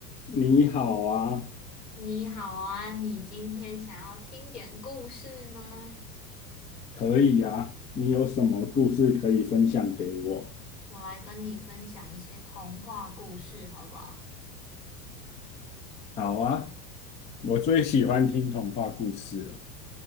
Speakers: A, on the left; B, on the left.
A: 你好啊，
B: 你好啊，你今天想要听点故事吗？
A: 可以啊，你有什么故事可以分享给我？
B: 我来跟你分享一些童话故事，好不好？
A: 好啊，我最喜欢听童话故事了。